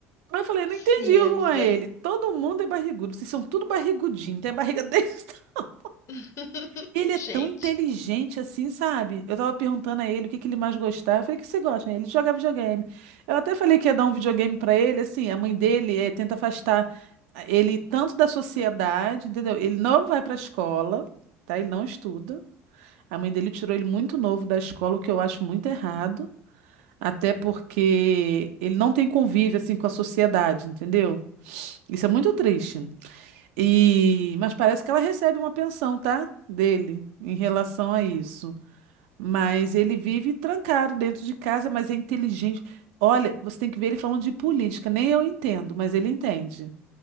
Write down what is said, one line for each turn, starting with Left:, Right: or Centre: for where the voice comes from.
Right: Aí eu falei, não
Left: Sim,
Right: entendi o
Left: amiga.
Right: rumo a ele. Todo mundo é barrigudo, vocês são tudo barrigudinho, tem a barriga <laughs> desse. tamanho."
Left: <laughs>
Right: Ele é
Left: Gente.
Right: tão inteligente assim, sabe? Eu tava perguntando a ele o que que ele mais gostava. Eu falei, o que você gosta? Ele joga videogame. Eu até falei que ia dar um videogame pra ele, assim, a mãe dele eh, tenta afastar eh, ele tanto da sociedade, entendeu? Ele não vai pra escola, tá? Ele não estuda. A mãe dele tirou ele muito novo da escola, o que eu acho muito errado, até porque ele não tem convívio assim com a sociedade, entendeu? Isso é muito triste. E mas parece que ela recebe uma pensão, tá? Dele em relação a isso. Mas ele vive trancado dentro de casa, mas é inteligente. Olha, você tem que ver ele falando de política, nem eu entendo, mas ele entende.